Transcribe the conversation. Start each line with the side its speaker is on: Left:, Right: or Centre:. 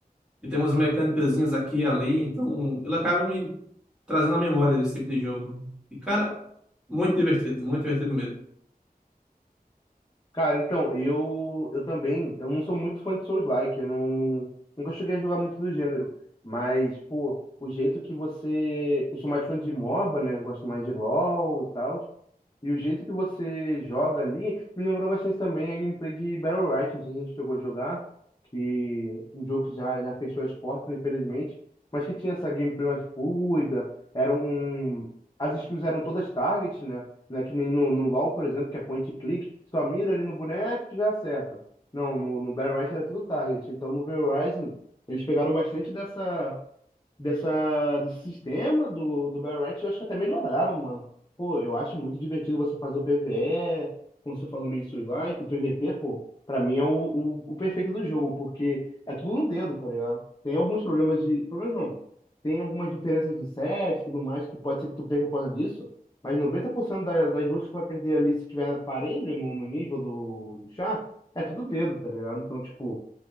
Centre: E tem umas mecânicazinhas aqui e ali, então ele acaba me trazendo a memória desse tipo de jogo. E, cara, muito divertido, muito divertido mesmo.
Left: Cara, então, eu eu também, eu não sou muito fã de Souls-like, eu não, nunca cheguei a jogar muito do gênero, mas, pô, o jeito que você, eu sou mais fã de MOBA, né, gosto mais de LoL e tal, E o jeito que você joga ali me lembrou bastante também a gameplay de Battle Royale, não sei se você chegou a jogar, que um jogo que já, já fechou as portas, infelizmente, mas que tinha essa gameplay mais fluida, era um... as skills eram todas target, né? né? Que nem no, no LoL, por exemplo, que é point and click, só mira ali no boneco e já acerta. Não, no, no Battle Royale era tudo target, então no Verizon eles pegaram bastante dessa dessa, desse sistema do, do Battle Riot, eu acho que até melhoraram, mano. Pô, eu acho muito divertido você fazer o PvE, como você falou, meio roguelike, o PvP, pô, pra mim é o, o, o perfeito do jogo, porque é tudo no dedo, tá ligado? Tem alguns problemas de. Problemas não. Tem algumas diferenças de set e tudo mais, que pode ser que tu perca por causa disso, mas 90% da, das lutas que tu vai perder ali, se tiver aparelho no, no nível do, do chá, é tudo dedo, tá ligado? Então, tipo.